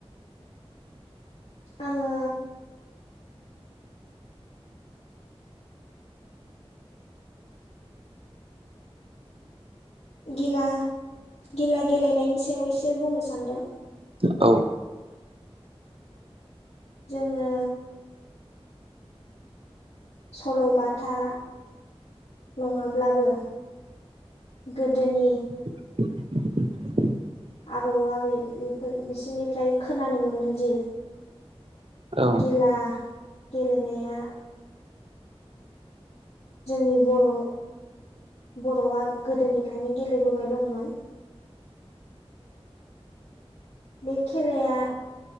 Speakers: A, on the left; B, on the right.
A: आङो गिला गिला गेलेनायनि सायाव एसे बुंनो सान्दों ।
B: औ
A: जोङो खल'बाथा नङाब्लाबो गोदोनि
B: <inaudible>
A: आबौ आबै बेफोर बिसोरनिफ्राय खोनानो मोनोदि
B: औ
A: गिला गेलेनाया जोंनि बर' बर'आ गोदोनिफ्रायनो गेलेबोबाय दङमोन। बे खेलाया